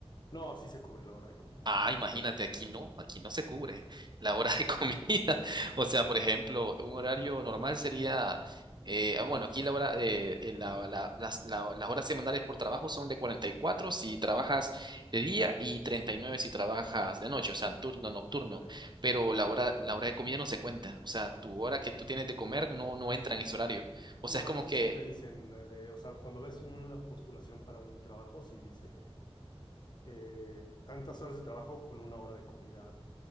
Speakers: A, on the left; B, on the right.
A: No, sí se cubre la hora de comida.
B: Ah, imagínate, aquí no, aquí no se cubre la hora de <laughs> comida. O sea, por ejemplo, un horario normal sería, eh, ah, bueno, aquí la hora, de eh, la- la- las, la- las horas semanales por trabajo son de 44 si trabajas de día y 39 si trabajas de noche, o sea, turno nocturno.
A: Ok.
B: Pero la hora, la hora de comida no se cuenta, o sea, tu hora que tú tienes de comer no, no entra en ese horario. O
A: No,
B: sea, es como
A: aquí
B: que
A: sí te dicen eh, de, o sea, cuando ves una postulación para un trabajo, sí dice eh, tantas horas de trabajo con una hora de comida